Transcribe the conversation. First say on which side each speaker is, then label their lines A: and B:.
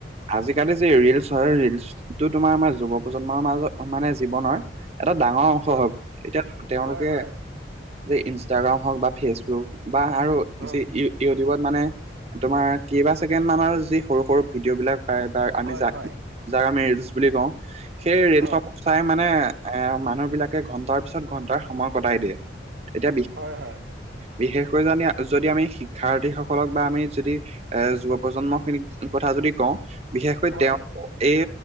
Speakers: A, on the right; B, on the right.
A: আজিকালি যে ৰিলচ হয় ৰিলচটো তোমাৰ আমাৰ যুৱ প্ৰজন্মৰ মাজত মানে জীৱনৰ এটা ডাঙৰ অংশ হগ
B: অ
A: এতিয়া তেওঁলোকে
B: হয় হয়
A: যে ইনষ্টাগ্ৰাম হওক বা ফেচবুক বা আৰু
B: অ
A: যি ই ইউটিউবত মানে তোমাৰ কেইবা ছেকেণ্ড মানৰ যি সৰু- সৰু ভিডিঅ' বিলাক পায়। তাৰ আমি
B: হয়
A: যাক-
B: হয়
A: যাক আমি ৰিলচ বুলি কওঁ সেই ৰিলচক
B: অ
A: চাই মানে এ মানুহ বিলাকে ঘণ্টাৰ পিছত ঘন্টাৰ সময় কটাই দিয়ে এতিয়া বিশে
B: হয় -হয়
A: বিশেষকৈ জানি যদি আমি শিক্ষাৰ্থীসকলক বা আমি যদি এ যুৱ প্ৰজন্ম খিনিক কথা যদি কওঁ বিশেষকৈ
B: হয়
A: তেওঁ এই